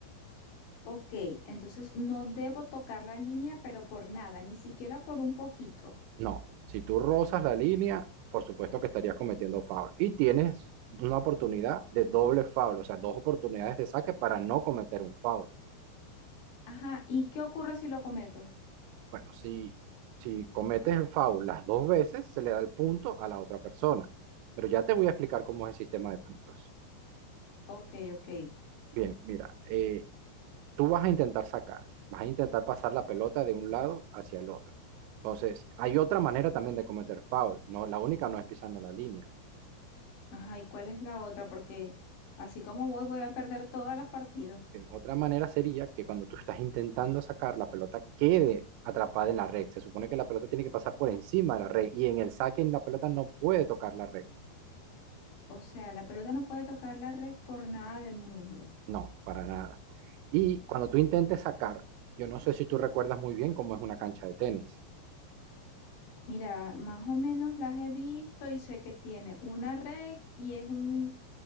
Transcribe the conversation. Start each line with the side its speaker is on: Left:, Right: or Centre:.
Left: Ok, entonces no debo tocar la línea, pero por nada, ni siquiera por un poquito.
Right: No, si tú rozas la línea, por supuesto que estarías cometiendo foul. Y tienes una oportunidad de doble foul, o sea, dos oportunidades de saque para no cometer un foul.
Left: Ajá, ¿y qué ocurre si lo cometo?
Right: Bueno, si, si cometes el foul las dos veces, se le da el punto a la otra persona. Pero ya te voy a explicar cómo es el sistema de puntos.
Left: Ok, ok.
Right: Bien, mira, eh, tú vas a intentar sacar, vas a intentar pasar la pelota de un lado hacia el otro. Entonces, hay otra manera también de cometer foul, no, la única no es pisando la línea.
Left: Ajá, ¿y cuál es la otra? Porque así como voy, voy a perder todas las partidas.
Right: Eh, Otra manera sería que cuando tú estás intentando sacar, la pelota quede atrapada en la red. Se supone que la pelota tiene que pasar por encima de la red y en el saque en la pelota no puede tocar la red.
Left: O sea, la pelota no puede tocar la red por nada del mundo.
Right: No, para nada. Y cuando tú intentes sacar, yo no sé si tú recuerdas muy bien cómo es una cancha de tenis.
Left: Mira, más o menos las he visto y sé que tiene una red y es un